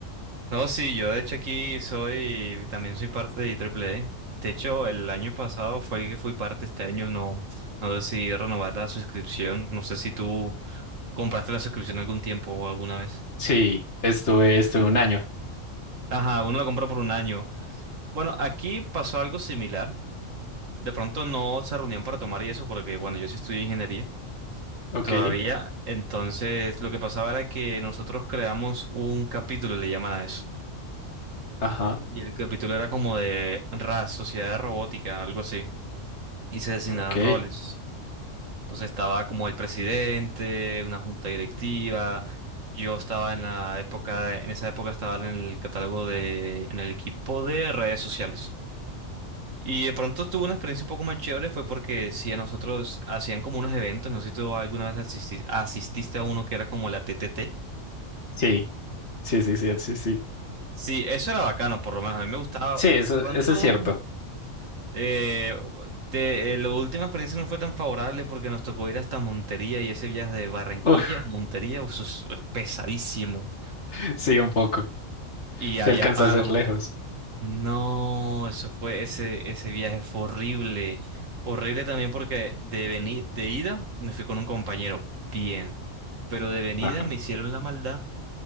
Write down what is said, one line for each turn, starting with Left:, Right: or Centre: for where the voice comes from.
Right: No, sí, yo de hecho aquí soy, también soy parte de Triple IEEE. De hecho, el año pasado fue que fui parte, este año no, no decidí renovar la suscripción. No sé si tú compraste la suscripción algún tiempo o alguna vez.
Left: Sí, estuve, estuve un año.
Right: Ajá, uno la compra por un año. Bueno, aquí pasó algo similar. De pronto no se reunían para tomar y eso porque, bueno, yo sí estudié ingeniería
Left: Ok.
Right: todavía. Entonces, lo que pasaba era que nosotros creamos un capítulo, le llaman a eso.
Left: Ajá.
Right: Y el capítulo era como de RAS, Sociedad de Robótica, algo así. y se designaron
Left: Ok.
Right: roles. Entonces estaba como el presidente, una junta directiva. Yo estaba en la época, en esa época estaba en el catálogo de, en el equipo de redes sociales. Y de pronto tuve una experiencia un poco más chévere, fue porque si a nosotros hacían como unos eventos, no sé si tú alguna vez asisti- asististe a uno que era como la TTT.
Left: Sí, sí, sí, sí, sí, sí.
Right: Sí, eso era bacano, por lo menos a mí me gustaba.
Left: Sí, eso,
Right: Pronto.
Left: eso es cierto.
Right: Eh, te- eh, la última experiencia no fue tan favorable porque nos tocó ir hasta Montería y ese viaje de Barranquilla
Left: Uf,
Right: a Montería eso es es pesadísimo
Left: <laughs> sí, un poco.
Right: y había
Left: se alcanza
Right: paro.
Left: a ser lejos.
Right: No, eso fue ese ese viaje fue horrible, horrible también porque de venir de ida me fui con un compañero bien, pero de venida
Left: Ajá.
Right: me hicieron la maldad